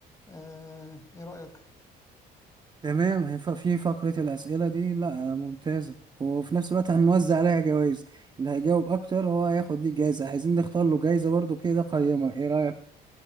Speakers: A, on the left; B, on the right.
A: آه، ايه رأيك؟
B: تمام هيبقى في فقرة الأسئلة دي لا آه، ممتازة وفي نفس الوقت هنوزع عليها جوائز اللي هيجاوب أكتر هو هياخد ليه جايزة عايزين نختار له جايزة برضو كده قيمة ايه رأيك